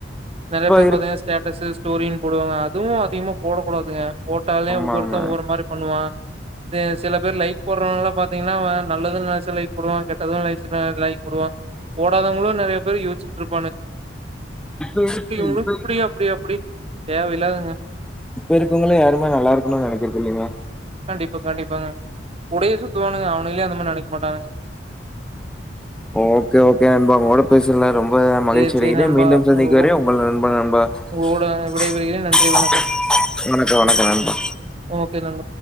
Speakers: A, on the right; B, in the centre.
A: நெறைய
B: இப்ப
A: பேர்
B: இருக்
A: பாத்தீங்கனா ஸ்டேட்டஸு ஸ்டோரின் போடுவாங்க அதுவும் அதிகமா போட கூடாதுங்க போட்டாலே
B: ஆமாமா.
A: ஒவ்வொருத்த ஒவ்வொரு மாரி பண்ணுவான் சில பேர் லைக் போடுறவங்கல்லாம் பாத்தீங்கன்னா நல்லதுன்னு நெனச்சா லைக் போடுவான் கெட்டதும் லைஸ் லைக் போடுவான் போடாதவங்களும் நெறைய பேர் யோச்சிட்டு இருப்
B: உம்
A: இவனுக்கு
B: இப்ப
A: இப்டி அப்டி அப்டி. தேவையில்லாததுங்க.
B: இருக்கவுங்கள யாருமே நல்லா இருக்கணுன்னு நெனைக்கிறது இல்லிங்க
A: கண்டிப்பா கண்டிப்பாங்க கூடயே சுத்துவானுங்க அவனுங்களே அந்த மாரி நெனைக்க மாட்டானுங்க
B: ஓகே ஓகே நண்பா உ கூட பேசுன்லா ரொம்ப மகிழ்ச்சி
A: சேரி,
B: அடைகிறே
A: சேரி நண்பா.
B: மீண்டும் சந்திக்க
A: உங்க
B: வரை உங்கள் நண்பன் நண்பா
A: உங்க கூட விடைபெறுகிறேன். நன்றி, வணக்கம். ஓகே நண்பா.